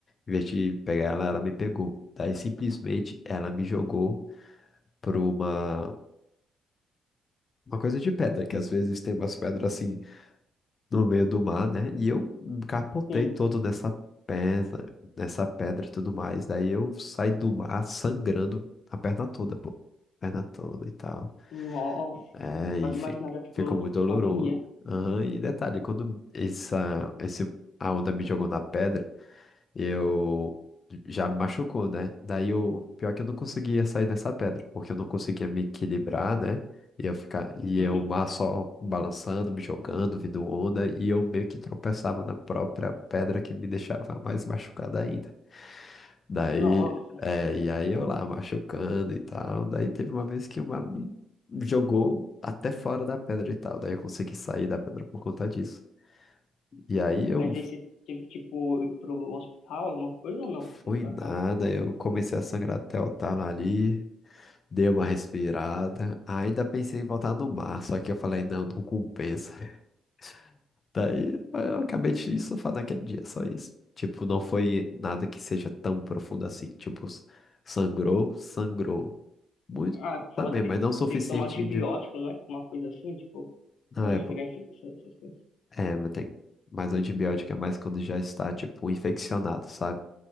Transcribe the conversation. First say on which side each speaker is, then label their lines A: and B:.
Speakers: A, on the left; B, on the left.
A: em vez de pegar ela, ela me pegou. Daí simplesmente ela me jogou pra uma, uma coisa de pedra, que às vezes tem umas pedras assim no meio do mar, né? E eu capotei
B: Sim.
A: todo nessa pedra, nessa pedra e tudo mais. Daí eu saí do mar sangrando a perna toda, pô. Perna toda e tal.
B: Nossa.
A: É, e
B: Só de
A: fi-
B: imaginar já ficou,
A: ficou muito
B: tipo,
A: doloroso.
B: com agonia.
A: Aham, E detalhe, quando essa, esse, a onda me jogou na pedra, eu já me machucou, né? Daí o pior é que eu não conseguia sair dessa pedra, porque eu não conseguia me equilibrar, né? E eu ficar e
B: Uhum.
A: eu mar só balançando, me jogando, vindo onda, e eu meio que tropeçava na própria pedra que me deixava mais machucado ainda. Daí,
B: Nossa.
A: é, e aí eu lá machucando e tal. Daí teve uma vez que uma me jogou até fora da pedra e tal. Daí eu consegui sair da pedra por conta disso. E aí eu
B: Mas aí você teve que, tipo, ir pro hospital, alguma coisa ou não?
A: Foi
B: Você foi por
A: nada,
B: acaso?
A: eu comecei a sangrar até o talo ali, dei uma respirada, ainda pensei em voltar no mar, só que eu falei, não, não compensa. <laughs> Daí eu acabei de surfar naquele dia, só isso. Tipo, não foi nada que seja tão profundo assim, tipo, s- sangrou, sangrou. Muito
B: Ah,
A: também,
B: fala que tem
A: mas
B: que,
A: não o suficiente
B: tem que tomar antibiótico,
A: de...
B: não é? Uma coisa assim, tipo,
A: Na
B: pra não
A: época,
B: pegar infecção, essas coisas.
A: é, mas tem mais antibiótico, é mais quando já está, tipo, infeccionado, sabe?